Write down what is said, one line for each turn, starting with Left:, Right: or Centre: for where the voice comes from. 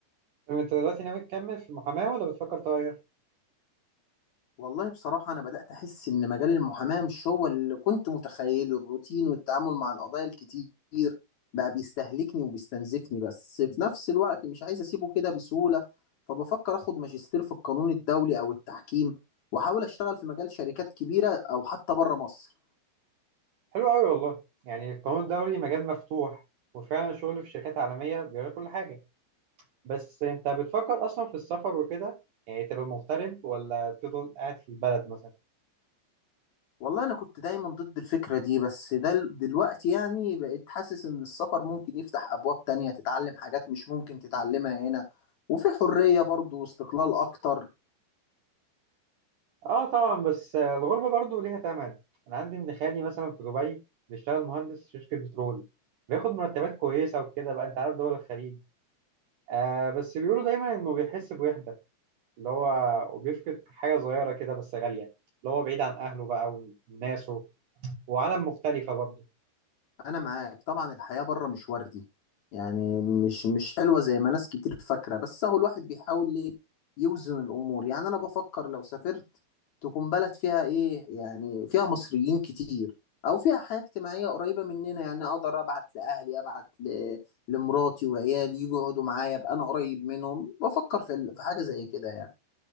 Right: طب انت دلوقتي ناوي تكمل في المحاماة ولا بتفكر تغير؟
Left: والله بصراحة أنا بدأت أحس إن مجال المحاماة مش هو اللي كنت متخيله الروتين والتعامل مع القضايا الكتير بقى بيستهلكني وبيستنزفني بس في نفس الوقت مش عايز أسيبه كده بسهولة فبفكر أخد ماجستير في القانون الدولي أو التحكيم وأحاول أشتغل في مجال شركات كبيرة أو حتى بره مصر
Right: حلو قوي والله يعني القانون الدولي مجال مفتوح وفعلا الشغل في شركات عالمية بيغير كل حاجة بس انت بتفكر اصلا في السفر وكده يعني تبقى مغترب ولا تفضل قاعد في البلد مثلا
Left: والله أنا كنت دايما ضد الفكرة دي بس ده دلوقتي يعني بقيت حاسس إن السفر ممكن يفتح أبواب تانية تتعلم حاجات مش ممكن تتعلمها هنا وفي حرية برضه واستقلال أكتر
Right: اه طبعا بس آه، الغربه برضو ليها ثمن انا عندي ابن خالي مثلا في دبي بيشتغل مهندس في شركه بترول بياخد مرتبات كويسه وكده بقى انت عارف دول الخليج آه بس بيقولوا دايما انه بيحس بوحده اللي هو وبيفقد حاجه صغيره كده بس غاليه اللي هو بعيد عن اهله بقى وناسه وعالم مختلفه برضه
Left: انا معاك طبعا الحياة بره مش وردي يعني مش مش حلوة زي ما ناس كتير فاكرة بس هو الواحد بيحاول ليه يوزن الامور يعني انا بفكر لو سافرت تكون بلد فيها ايه يعني فيها مصريين كتير او فيها حياة اجتماعية قريبة مننا يعني اقدر ابعت لاهلي ابعت ل... لمراتي وعيالي يجوا يقعدوا معايا ابقى انا قريب منهم بفكر في ال- في حاجة زي كده يعني